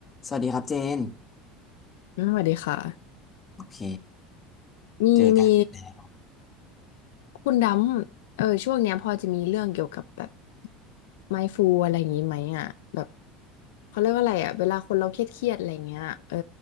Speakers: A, on the left; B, on the left.
A: สวัสดีครับเจน
B: อืมสวัสดีค่ะ
A: โอเค
B: มีมี
A: เจอกันอีกแล้ว
B: คุณดำเออช่วงเนี้ยพอจะมีเรื่องเกี่ยวกับแบบ mindful อะไรอย่างงี้ไหมอ่ะแบบเขาเรียกว่าอะไรอ่ะเวลาคนเราเครียดเครียดอะไรเงี้ยเออ